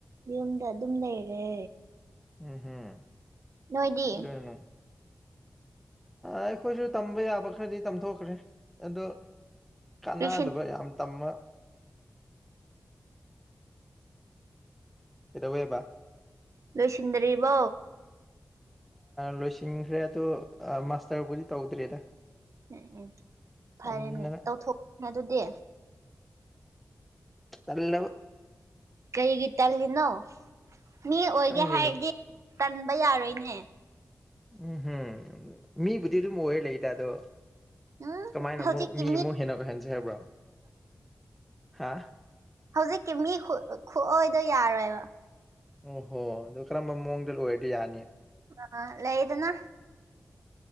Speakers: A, on the right; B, in the centre.
A: ꯌꯨꯝꯗ ꯑꯗꯨꯝ ꯂꯩꯔꯦ
B: ꯎꯝ ꯍꯝ
A: ꯅꯣꯏꯗꯤ
B: ꯑꯗꯨꯅ ꯑꯩꯈꯣꯏꯁꯨ ꯇꯝꯕ ꯌꯥꯕ ꯈꯔꯗꯤ ꯇꯝꯊꯣꯛꯈ꯭ꯔꯦ ꯑꯗꯣ ꯀꯥꯟꯅꯗꯕ
A: ꯂꯣꯏꯁꯤꯟ
B: ꯌꯥꯝ ꯇꯝꯕ ꯀꯩꯗꯧꯋꯦꯕ
A: ꯂꯣꯏꯁꯤꯟꯗ꯭ꯔꯤꯕꯣ
B: ꯂꯣꯏꯁꯤꯟꯈ꯭ꯔꯦ ꯑꯗ ꯃꯥꯁꯇꯔꯕꯨꯗꯤ ꯇꯧꯗ꯭ꯔꯦꯗ
A: ꯎꯝ ꯎꯝ ꯐꯔꯦꯅꯦ
B: ꯇꯟꯗꯅ
A: ꯇꯧꯊꯣꯛꯑ ꯑꯗꯨꯗꯤ
B: ꯇꯂ <unintelligible>
A: ꯀꯔꯤꯒꯤ ꯇꯜꯂꯤꯅꯣ ꯃꯤ ꯑꯣꯏꯒꯦ
B: ꯑꯁ ꯈꯪꯗꯦꯅꯦ
A: ꯍꯥꯏꯔꯗꯤ ꯇꯟꯕ ꯌꯥꯔꯣꯏꯅꯦ
B: ꯎꯝꯝ ꯃꯤꯕꯨꯗꯤ ꯑꯗꯨꯝ ꯑꯣꯏꯔ ꯂꯩꯗ ꯑꯗꯣ
A: ꯎꯝ
B: ꯀꯃꯥꯏꯅ
A: ꯍꯧꯖꯤꯛꯀꯤ
B: ꯑꯃꯨꯛ ꯃꯤ ꯑꯃꯨꯛ ꯍꯦꯟꯅ ꯑꯣꯏꯍꯟꯁꯩ ꯍꯥꯏꯕ꯭ꯔꯣ ꯍꯥ
A: ꯍꯧꯖꯤꯛꯀꯤ ꯃꯤ ꯈꯨꯑꯣꯏꯗꯣ ꯌꯥꯔꯣꯏꯕ
B: ꯑꯣ ꯍꯣ ꯑꯗꯨꯗꯣ ꯀꯔꯝꯕ ꯃꯑꯣꯡꯗ ꯂꯣꯏꯔꯗꯤ ꯌꯥꯅꯤ
A: ꯑ ꯂ ꯏꯗꯅ